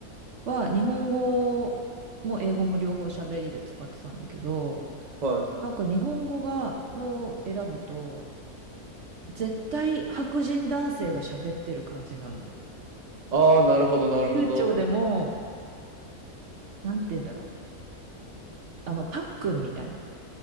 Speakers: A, on the right (about 60°); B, on the right (about 35°).
A: は日本語も英語も両方喋りで使ってたんだけど、
B: い。はい。
A: なんか日本語が、の選ぶと、絶対白人男性が喋ってる感じなの。
B: ああ、なるほど、なるほど。
A: 流暢でも、なんて言うんだろう。あの、パックンみたいな。